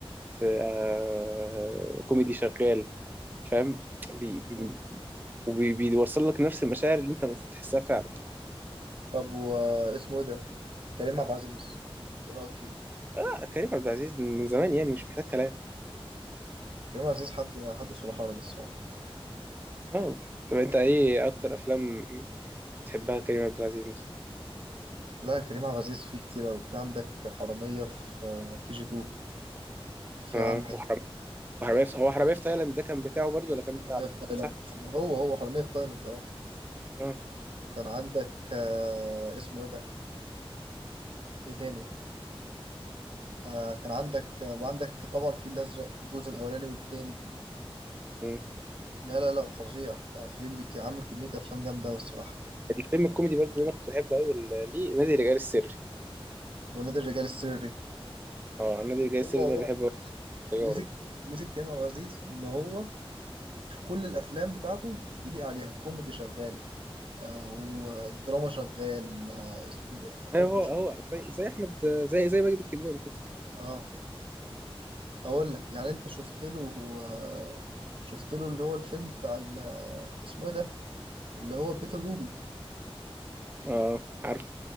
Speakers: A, on the right; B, on the right.
A: في آه... كوميدي شغال فاهم بي بي-
B: مم.
A: وبي- بيوصل لك نفس المشاعر اللي انت المفروض تحسها فعلا
B: طب واسمه ايه ده كريم عبد العزيز ايه رايك فيه
A: اه كريم عبد العزيز من زمان يعني مش محتاج كلام
B: كريم عبد العزيز حد حد صلاح حرج الصراحة
A: اه طب انت ايه اكتر افلام بتحبها كريم عبد العزيز مثلا
B: لا كريم عبد العزيز فيه كتير أوي في عندك حرامية في كي جي 2 في
A: اه
B: عندك
A: وحرام وحرامية في هو حرامية في تايلاند ده كان بتاعه برضه ولا كان بتاع
B: حرامية
A: مين
B: في تايلاند
A: صح
B: هو هو حرامية في تايلاند اه
A: اه
B: وكان عندك آه، اسمه ايه ده ايه تاني آه كان عندك آه، وعندك طبعا في الازرق الجزء الاولاني والتاني
A: مم.
B: لا لا لا فظيع يعني في اللي كان عامل كمية أفلام جامدة أوي الصراحة
A: الفيلم الكوميدي برضه اللي انا كنت بحبه قوي ليه نادي الرجال السري
B: ونادي الرجال السري
A: اه نادي الرجال السري
B: هو هو
A: ده بحبه قوي
B: ميزة
A: طياره
B: ميزة كريم ميزة كريم عبد العزيز إن هو في كل الأفلام بتاعته بيليق عليها كوميدي شغال آه ودراما شغال آه اسمه إيه ده فاهم
A: ايوه هو
B: مش-
A: هو زي زي احمد زي زي ماجد الكدواني كده
B: اه هقول لك يعني أنت شفت له هو شفت له اللي هو الفيلم بتاع ال- آه، اسمه إيه ده اللي هو بيت الروبي
A: اه عارف